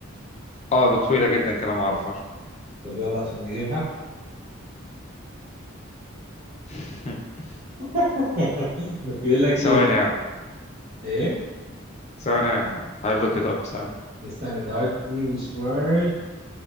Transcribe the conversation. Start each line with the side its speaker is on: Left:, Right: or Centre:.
Left: اه بطويله جدا كده ما اعرفهاش
Right: طب يلا عشان نجيبها
Left: <laughs>
Right: <laughs> بيقول لك
Left: ثواني
Right: ايه؟ ايه؟
Left: ثواني هقلوك كده طب ثواني
Right: استنى the hard English word